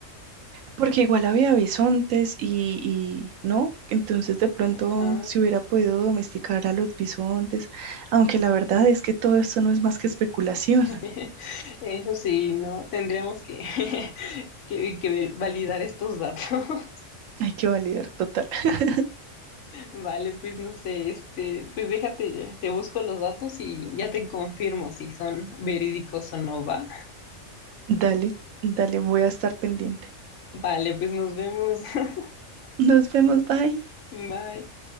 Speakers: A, on the right; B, on the left.
A: porque igual había bisontes y, y no, entonces de pronto
B: Ajá.
A: se hubiera podido domesticar a los bisontes, aunque la verdad es que todo esto no es más que especulación.
B: <laughs>
A: <laughs>
B: Eso sí, ¿no? Tendríamos que, <laughs> que, que ver- validar estos datos. <laughs>
A: Hay que validar total. <laughs>
B: Vale, pues no sé, este, pues déjate, te busco los datos y ya te confirmo si son verídicos o no, ¿va?
A: Dale, dale, voy a estar pendiente.
B: Vale, pues nos vemos. <laughs>
A: Nos vemos, bye.
B: Bye.